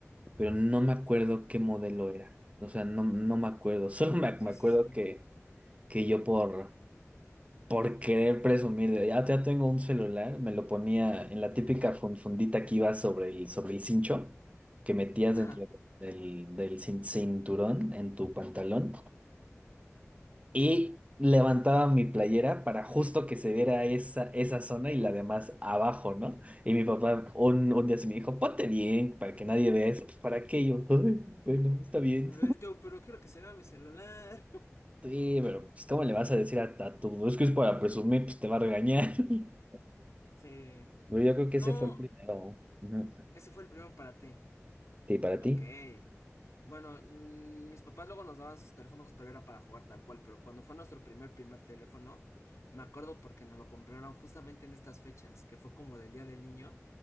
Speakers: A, on the right; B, on the left.
A: pero no me acuerdo qué modelo era. O sea, no, no me acuerdo. <laughs> Solo me,
B: Sí,
A: me acuerdo
B: sí, sí.
A: que, que yo por, por querer presumir de ya, ya tengo un celular, me lo ponía en la típica fun- fundita que iba sobre el, sobre el cincho, que metías
B: Ajá.
A: dentro del, del cin- cinturón en tu pantalón. Y levantaba mi playera para justo que se viera esa, esa zona y la demás abajo, ¿no? Y mi papá un, un día se me dijo, ponte bien, para que nadie vea eso. Pues, ¿Para qué? Y yo, "Ay, bueno, está bien.
B: Eh, tú, Pero quiero que se vea mi celular. <laughs>
A: Sí, pero pues, ¿cómo le vas a decir a, a tu... Es que es para presumir, pues te va a regañar. <laughs>
B: Sí.
A: Pero yo creo
B: No,
A: que ese fue el primero. Ujú.
B: ese fue el primero para ti.
A: Sí, para ti.
B: Ok. Bueno, mm, mis papás luego nos daban sus teléfonos, pero era para jugar tal cual. Pero cuando fue nuestro primer, primer teléfono, me acuerdo porque nos lo compraron justamente en estas fechas, que fue como del Día del Niño,